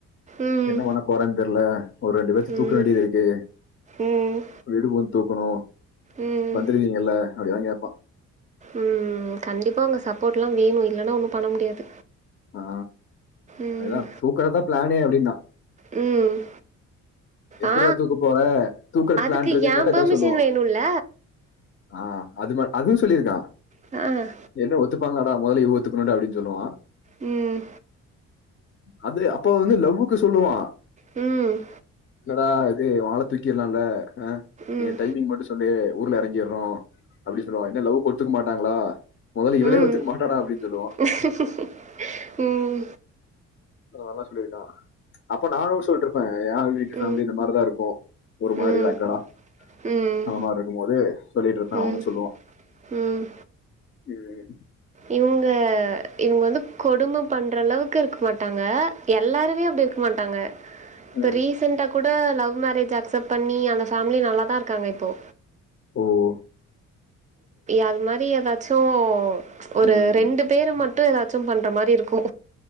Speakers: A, on the right (about 25°); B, on the left (about 40°).
A: ம்
B: என்ன பண்ண போறேனு தெரில ஒரு ரெண்டு பேத்த
A: ம்
B: தூக்க வேண்டியதிருக்கு
A: ம்
B: வீடு பூந்து தூக்குணு
A: ம்
B: வந்துருவீங்கல்ல அப்டிலா கேப்பா
A: ம் கண்டிப்பா ஒங்க சப்போர்ட்லா வேணு இல்லனா ஒண்ணு பண்ண முடியாது
B: ஆ
A: ம்
B: அதுதா தூக்குறதா பிளானே அப்டின்னா
A: ம்
B: எப்புட்றா
A: ஆ
B: தூக்க போற தூக்குறதுக்கு
A: அதுக்கு
B: பிளான் இருக்குன்னு
A: ஏ
B: கேட்டா ஏதாவது
A: பெர்மிஷன்
B: சொல்லுவா
A: வேணுல்ல
B: ஆ அது ம அதுவு சொல்லியிருக்கா
A: அ
B: என்ன ஒத்துப்பாங்களாடா மொதல்ல இவ ஒத்துக்கணுடா அப்டினு சொல்லுவா
A: ம்
B: அது அப்ப வந்து லவ்வுக்கு சொல்லுவா
A: ம்
B: என்னடா இது ஒ ஆள தூக்கிலால அ
A: ம்
B: நீ டைமிங் மட்டு சொல் சொல்லி ஊர்ல எறங்கிடறோ அப்டி சொல்லுவா என்ன லவ்க்கு ஒத்துக்க மாட்டாங்ளா மொதல்ல இவளே
A: ம்
B: ஒத்துக்க மாட்டாடா அப்டின் சொல்லுவா
A: <unintelligible> ம்
B: அதலா சொல்லியிருக்கா அப்ப நானு சொல்லிட்டருப்பே ஏ வீட்டு
A: ம்
B: ஃபேமிலியு இந்த மாரிதா இருக்கு ஒரு மாரி
A: ம்
B: ரகடா
A: ம்
B: அந்த மாரிருக்குபோது சொல்ட்டுருப்பே
A: ம்
B: அவனு சொல்லு வா
A: ம்
B: ம்
A: இவுங்க இவுங்க வந்து கொடும பண்றளவுக்கு இருக்க மாட்டாங்க எல்லாருமே அப்டி இருக்க மாட்டாங்க இப்ப
B: ம்,
A: ரீசெண்டா கூட லவ் மேரேஜ் அக்செப்ட் பண்ணி அந்த ஃபேமிலி நல்லாதா இருக்காங்க இப்போ
B: ம்
A: அது மாரி எதாச்சு ஒரு
B: ம்
A: ரெண்டு பேரு மட் டு ஏதாச்சு பண்ற மாரி இருக்கு